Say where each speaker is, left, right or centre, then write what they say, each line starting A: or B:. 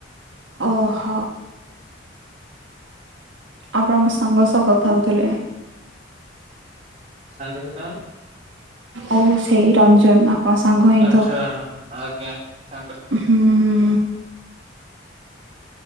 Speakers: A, on the right; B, on the right.
A: ଓହ। ଆପଣଙ୍କ ସାଙ୍ଗ ସହ କଥା ହୋଉଥୁଲି।
B: ସାଙ୍ଗ ସହିତ
A: ଆଉ ସେଇ ରଞ୍ଜନ ହଁ ସାଙ୍ଗ ହିଁ
B: ଆଚ୍ଛା
A: ତ
B: ହଁ ଆଜ୍ଞା ସାଙ୍ଗସାଥି
A: ହୁଁ।